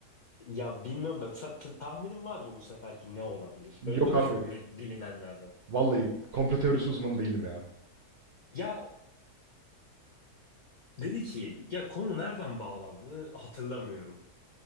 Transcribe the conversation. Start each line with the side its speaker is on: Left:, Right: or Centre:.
Left: ya bilmiyorum da ta- ta- tahminin var mı bu seferki ne olabilir?
Right: Yok
Left: Böyle, bu da
Right: abi.
Left: çok net bilinenlerden.
Right: Vallahi komplo teorisi uzmanı değilim ya.
Left: Ya Dedi ki ya konu nereden bağlandı hatırlamıyorum.